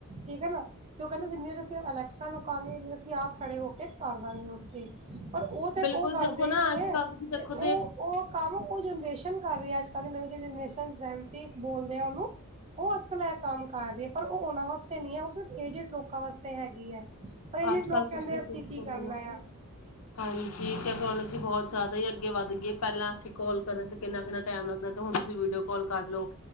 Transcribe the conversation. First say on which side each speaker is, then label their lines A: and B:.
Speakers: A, on the right; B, on the left.
A: ਠੀਕ ਐ ਨਾ ਤੇ ਉਹ ਕਹਿੰਦੇ ਜਿੰਨੇ 'ਚ ਅਸੀਂ ਅਲੈਕਸਾ ਨੂੰ ਕਹਾਂਗੇ ਇੰਨੇ ਨੂੰ ਅਸੀਂ ਆਪ ਖੜੇ ਹੋ ਕੇ ਕਰ ਦਾਂਗੇ ਉੱਥੇ ਪਰ ਉਹ ਤੇ
B: ਬਿਲਕੁਲ
A: ਉਹ ਕਰਦੇ
B: ਦੇਖੋ ਨਾ
A: ਨਈ
B: ਅੱਜ
A: ਐ
B: ਕੱਲ ਤੁਸੀਂ ਦੇਖੋ
A: ਤੇ ਉਹ-ਉਹ ਕੰਮ ਉਹ ਜਨਰੇਸ਼ਨ ਕਰ ਰਹੀ ਐ, ਅੱਜ-ਕਲ ਦੀ ਨਵੀਂ ਜਨਰੇਸ਼ਨ ਜੈਂਜੀ ਬੋਲਦੇ ਆ ਉਹਨੂੰ ਉਹ ਅੱਜ-ਕਲ ਇਹ ਕੰਮ ਕਰ ਰਹੀ ਐ ਪਰ ਉਹ ਉਹਨਾਂ ਵਾਸਤੇ ਨਈ ਐ। ਉਹ ਸਿਰਫ ਏਜਟ ਲੋਕਾਂ ਵਾਸਤੇ ਹੈਗੀ ਐ। ਪਰ ਜੇ
B: ਅੱਜ
A: ਲੋਕ
B: ਕੱਲ ਤੁਸੀਂ
A: ਕਹਿੰਦੇ ਅਸੀਂ
B: ਦੇਖੋਗੇ
A: ਕੀ ਕਰਨਾ
B: ਨਾ ਕਿ
A: ਆ?
B: ਹਾਂਜੀ। ਟੈਕਨੋਲੋਜੀ ਬਹੁਤ ਜ਼ਿਆਦਾ ਈ ਅੱਗੇ ਵੱਧ ਗਈ ਐਂ। ਪਹਿਲਾਂ ਅਸੀਂ ਕਾਲ ਕਰਨ ਚ ਕਿੰਨਾ-ਕਿੰਨਾ ਟਾਈਮ ਲੱਗਦਾ ਤੇ ਹੁਣ ਤੁਸੀਂ ਵੀਡੀਓ ਕਾਲ ਕਰ ਲੋ।